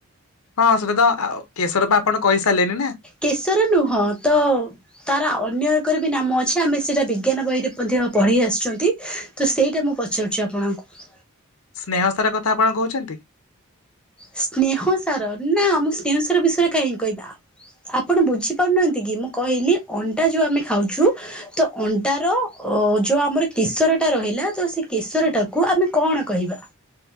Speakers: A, on the left; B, in the centre.
A: ହଁ ସେଟାତ ଆଃ କେଶରବା ଆପଣ କହିସାରିଲେଣି ନା।
B: କେଶର ନୁହଁତ ତାର ଅନ୍ୟ ଏକରବି ନାମ ଅଛି ଆମେ ସେଇଟା ବିଜ୍ଞାନ ବହିରେ ମଧ୍ୟ ପଢି ଆସୁଚନ୍ତି। ତ ସେଇଟା ମୁଁ ପଚାରୁଛି ଆପଣଙ୍କୁ?
A: ସ୍ନେହ ସାର କଥା ଆପଣ କହୁଛନ୍ତି।
B: ସ୍ନେହ ସାର। ନା ମୁଁ ସ୍ନେହ ସାର ବିଷୟରେ କାହିଁକିଁ କହିବି। ଆପଣ ବୁଝିପାରୁନାହାନ୍ତି କି। ମୁଁ କହିଲି ଅଣ୍ଡା ଯୋଉ ଆମେ ଖାଉଛୁ ତ ଅଣ୍ଡା ର ଅ ଯୋଉ ଆମର କେଶର ଟା ରହିଲା ତ ସେ କେଶରଟାକୁ ଆମେ କଣ କହିବା?